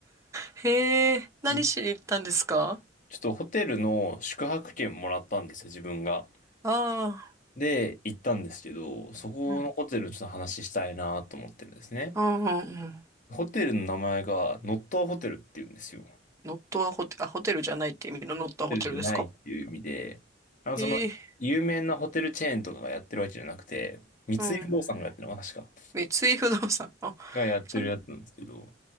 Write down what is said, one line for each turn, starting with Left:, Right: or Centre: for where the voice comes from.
Right: <laughs> へえ、何しに行ったんですか
Left: じちょっとホテルの宿泊券もらったんですよ、自分が。
Right: あ
Left: で、行ったんですけど、そこのホテルちょっと話したいなと思ってるんですね。
Right: あー、うん。うんうんうん。
Left: ホテルの名前がノットアホテルっていうんですよ。ホ
Right: ノットアホテル、あ、ホテルじゃないって意味のノットアホテルですか
Left: テルじゃないっていう意味で、あの、
Right: ええ
Left: その、有名なホテルチェーンとかがやってるわけじゃなくて、三井不動産がやってるのかな、
Right: うん。
Left: 確か。
Right: 三井不動産。あ、
Left: がやってるやつなんですけど、
Right: じゃ、